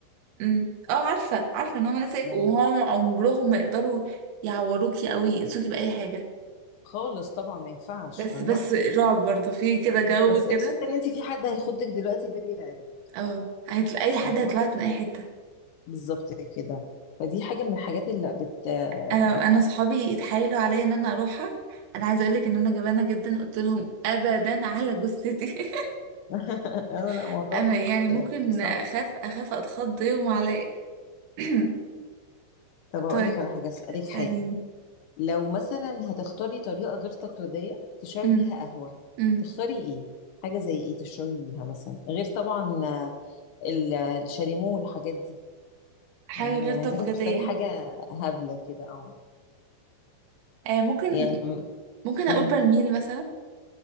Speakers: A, on the right; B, on the left.
A: امم اه عارفة عارفة ان هما ناس
B: يعني
A: وهم عمرهم ما يقدروا يعوروكي او يأذوكي بأي حاجة
B: خالص طبعا ما ينفعش
A: بس
B: فاهمه
A: بس رعب برضه في كده جو
B: بس
A: كده
B: احساس ان انت في حد هيخضك دلوقتي ده بيرعبك
A: اه هتلاقي اي حد
B: فاهمه
A: هيطلعك من اي حتة
B: بالظبط كده فدي حاجه من الحاجات اللي بت
A: انا
B: بت
A: انا صحابي اتحايلوا عليا ان انا اروحها انا عايزه اقول لك ان انا جبانه جدا قلت لهم ابدا على جثتي
B: <laughs> اه لا
A: <laughs>
B: موضوع
A: انا
B: مخ...
A: يعني ممكن
B: يعني صعب
A: اخاف اخاف اتخض يوم عليا <clears throat> <coughs>
B: طب اقول
A: طيب
B: لك على حاجه اسالك
A: اسأليني
B: حاجه لو مثلا هتختاري طريقه غير تقليديه تشربي
A: امم
B: بيها قهوه
A: امم
B: تختاري ايه حاجه زي ايه تشربي بيها مثلا غير طبعا آه، ال- الشاليمو والحاجات دي
A: حاجة
B: يعني
A: غير تقليدية
B: عايزاك تختاري حاجة هبلة كده أو
A: آه ممكن
B: يعني
A: ممكن أقول
B: مم.
A: برميل مثلا